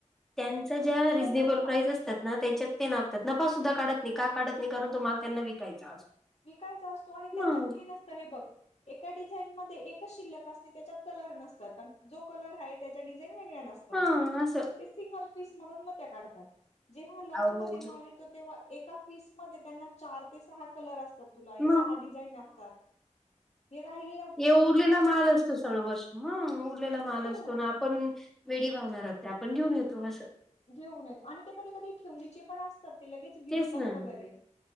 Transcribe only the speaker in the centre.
त्यांच ज्या रिझनेबल
प्राइस अस तात ना त्यांच्यात ते नापतात नफ सुद्धा काढत नाही का काढत नाही कारण तो माल त्यांना विकायचा असतो.
ह
हा असं
अहो
मग
ये उरलेला माल असतो सगळं वर्ष उरलेला माल
असतो ना. आपण वेडी भावना राहते आपण घेऊन येतो असं.
तेच ना